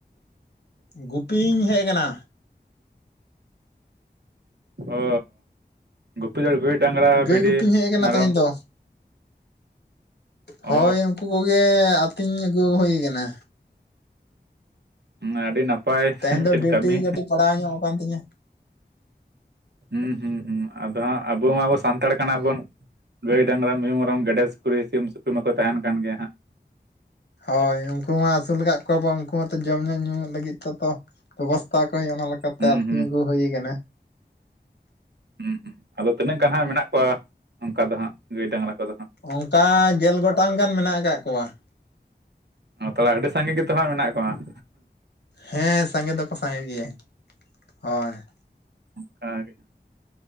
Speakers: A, on the left; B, on the right.
A: ᱜᱩᱯᱤᱧ ᱦᱮᱡ ᱠᱟᱱᱟ
B: ᱚ ᱜᱩᱯᱤ ᱫᱚ ᱜᱟᱹᱭ ᱰᱟᱝᱨᱟ
A: ᱜᱟᱹᱭ
B: ᱵᱷᱤᱰᱤ
A: ᱜᱩᱯᱤᱧ ᱦᱮᱡ ᱟᱠᱟᱱᱟ
B: ᱢᱮᱨᱚᱢ
A: ᱛᱮᱦᱮᱧ ᱫᱚ
B: ᱚ
A: ᱦᱳᱭ ᱩᱱᱠᱩ ᱠᱚᱜᱮ ᱟᱹᱛᱤᱧ ᱟᱹᱜᱩ ᱦᱳᱭ ᱠᱟᱱᱟ
B: ᱦᱮᱸ ᱟᱹᱰᱤ ᱱᱟᱯᱟᱭ
A: ᱛᱮᱦᱮᱧ
B: ᱢᱤᱫᱴᱮᱱ
A: ᱫᱚ ᱰᱤᱣᱴᱤ
B: ᱠᱟᱹᱢᱤ
A: ᱠᱟᱹᱴᱤᱡ ᱯᱟᱲᱟᱣ ᱧᱚᱜ ᱟᱠᱟᱱ ᱛᱤᱧᱟᱹ
B: ᱦᱩᱸ ᱦᱩᱸ ᱦᱩᱸ ᱟᱫᱚ ᱦᱟᱸᱜ ᱟᱵᱚ ᱢᱟᱵᱚ ᱥᱟᱱᱛᱟᱲ ᱠᱟᱱᱟ ᱵᱚᱱ ᱾ ᱜᱟᱹᱭ ᱰᱟᱝᱨᱟ, ᱢᱤᱦᱩ ᱢᱮᱨᱚᱢ, ᱜᱮᱰᱮ, ᱥᱩᱠᱨᱤ, ᱥᱤᱢ ᱥᱩᱠᱨᱤ ᱢᱟᱠᱚ ᱛᱟᱦᱮᱱ ᱠᱟᱱ ᱜᱮᱭᱟ ᱦᱟᱸᱜ ᱾
A: ᱦᱳᱭ ᱩᱱᱠᱩ ᱢᱟ ᱟᱹᱥᱩᱞ ᱟᱠᱟᱫ ᱠᱚᱣᱟ ᱵᱚ ᱩᱱᱠᱩ ᱢᱟᱛᱚ ᱡᱚᱢ ᱧᱩ, ᱧᱩ ᱞᱟᱹᱜᱤᱫ ᱛᱚ ᱵᱮᱵᱚᱥᱛᱷᱟ ᱠᱚ ᱦᱩᱭᱩᱜ ᱚᱱᱟ ᱞᱮᱠᱟᱛᱮ
B: ᱦᱩᱸ
A: ᱟᱹᱛᱤᱧ
B: ᱦᱩᱸ
A: ᱟᱹᱜᱩ ᱦᱩᱭ ᱠᱟᱱᱟ ᱾
B: ᱦᱩᱸᱸ ᱟᱫᱚ ᱛᱤᱱᱟᱹᱜ ᱜᱟᱱ ᱦᱟᱸᱜ ᱢᱮᱱᱟᱜ ᱠᱚᱣᱟ, ᱚᱱᱠᱟ ᱫᱚ ᱦᱟᱸᱜ ᱜᱟᱹᱭ ᱰᱟᱝᱨᱟ ᱠᱚᱫᱚ ᱦᱟᱸᱜ ᱾
A: ᱚᱱᱠᱟ ᱜᱮᱞ ᱜᱚᱴᱟᱝ ᱜᱟᱱ ᱢᱮᱱᱟᱜ ᱟᱠᱟᱫ ᱠᱚᱣᱟ ᱾
B: ᱛᱟᱦᱚᱞᱮ ᱟᱹᱰᱤ ᱥᱟᱸᱜᱮ ᱜᱮᱛᱚ ᱦᱟᱸᱜ ᱢᱮᱱᱟᱜ ᱠᱚᱣᱟ ᱾
A: ᱦᱮᱸ ᱥᱟᱸᱜᱮ ᱫᱚᱠᱚ ᱥᱟᱸᱜᱮ ᱜᱮᱭᱟ ᱦᱳᱭ ᱾
B: ᱚᱱᱠᱟ ᱜᱮ ᱾